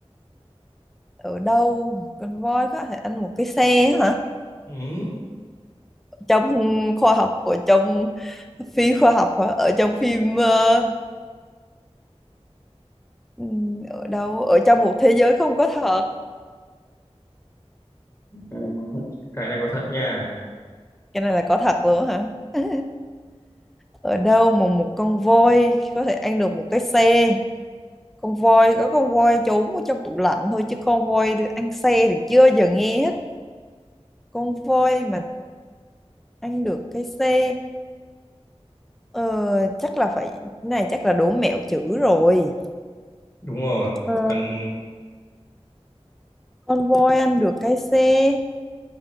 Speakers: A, in the centre; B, on the left.
A: ở đâu một con voi có thể ăn một cái xe hả
B: ừ
A: trong khoa học ở trong phi khoa học hả ở trong phim ờ, ừm, ở đâu ở trong một thế giới không có thật
B: cái này có thật cái này có thật nha
A: cái này là có thật luôn hả <laughs> ở đâu mà một con voi có thể ăn được một cái xe con voi có con voi trốn ở trong tủ lạnh thôi chứ con voi ăn xe thì chưa bao giờ nghe hết con voi mà ăn được cái xe ờ, chắc là phải cái này chắc là đố mẹo chữ rồi
B: đúng rồi
A: ờ,
B: cần
A: con voi ăn được cái xe